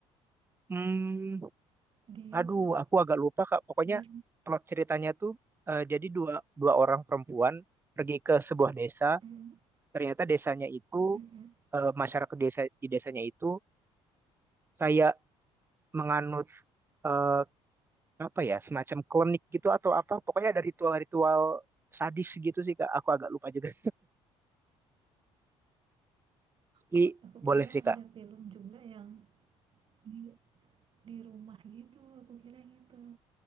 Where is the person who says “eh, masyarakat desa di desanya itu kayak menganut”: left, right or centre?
Right